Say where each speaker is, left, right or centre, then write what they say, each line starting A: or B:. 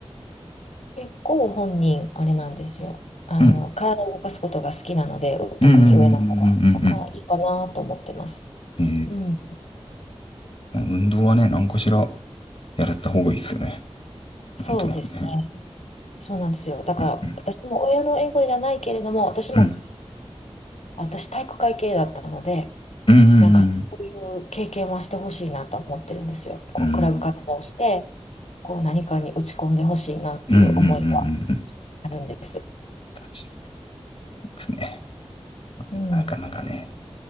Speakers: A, on the left (about 80°); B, on the left (about 50°).
A: 結構本人、あれなんですよ。あの、
B: うん。
A: 体を動かすことが好きなので、
B: うん、
A: 特に上の子は、
B: うん、うん、うん、うん。
A: ここからいいかなと思ってます。
B: うんええ
A: うん。
B: 運動はね、何かしら、やられた方がいいですよね。なんとなくね。
A: そうですね。そうなんですよ。だから、
B: うん、うん、
A: 私も親の英語じゃないけれども、私も、
B: うん、
A: 私体育会系だったので、
B: うん、うん、うん。
A: なんか、こういう経験はしてほしいなと思ってるんですよ。こう、
B: うん
A: クラブ活動をして、こう、何かに打ち込んでほしいなっていう思いは
B: うんうんうんうんうん。
A: あるんです。
B: 確かにですね。
A: うん。
B: なかなかね、